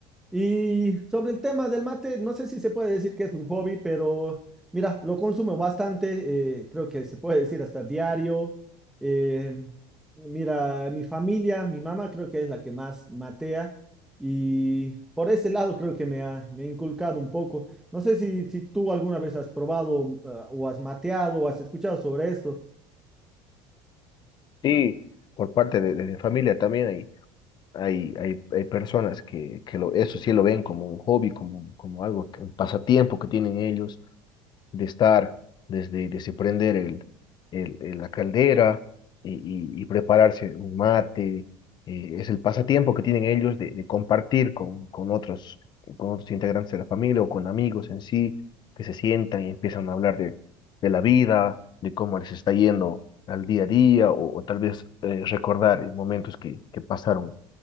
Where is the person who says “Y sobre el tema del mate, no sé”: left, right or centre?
Centre